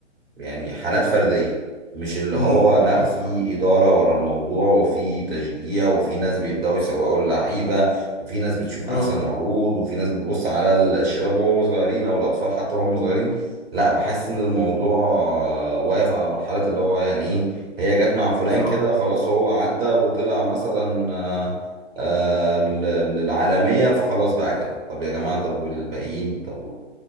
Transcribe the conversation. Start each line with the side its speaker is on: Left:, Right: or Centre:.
Right: يعني حالات فردية مش اللي
Left: مم.
Right: هو لا
Left: صح.
Right: في إدارة ورا الموضوع وفي تشجيع وفي ناس بيبدأوا يسوقوا اللعيبة وفي ناس بتشوف أحسن
Left: اه
Right: عروض وفي ناس بتبص على الشباب وهم صغيرين أو الأطفال حتى وهم صغيرين لا بحس إن الموضوع آه، واقف على مرحلة اللي هو يعني إيه هي جت مع فلان
Left: آه.
Right: كده خلاص هو عدى وطلع مثلا آه، آه، للعالمية فخلاص بقى كده طب يا جماعة طب والباقيين طب